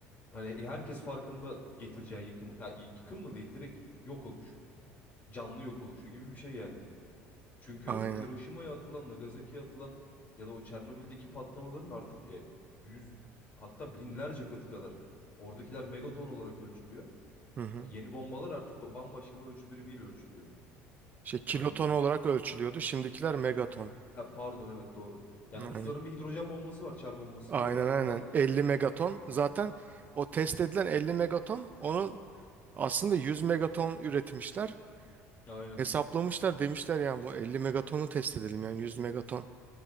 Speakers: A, on the left; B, on the right.
A: Hani e, herkes farkında getireceği yıkımın, ya, y- yıkım da değil direkt yok oluş. Canlı yok oluşu gibi bir şey yani. Çünkü
B: Aynen.
A: Hiroşima'ya atılan, Nagasaki'ye atılan ya da o Çernobil'deki patlamaların artık ya yüz hatta binlerce katı kadar oradakiler megaton olarak ölçülüyor.
B: Hı hı.
A: Ya yeni bombalar artık ba- bambaşka bir ölçü birimiyle ölçülüyor.
B: Şey kiloton
A: Hani
B: olarak ölçülüyordu. Şimdikiler megaton.
A: ha, pardon evet doğru. Yani Rusların
B: Aynen.
A: bir hidrojen bombası var çar bombası
B: Aynen
A: diye O-
B: aynen.
A: onu attığı
B: 50
A: zaman.
B: megaton. Zaten o test edilen 50 megaton onun aslında 100 megaton üretmişler.
A: <laughs> Aynen.
B: Hesaplamışlar demişler yani bu 50 megatonu test edelim yani 100 megaton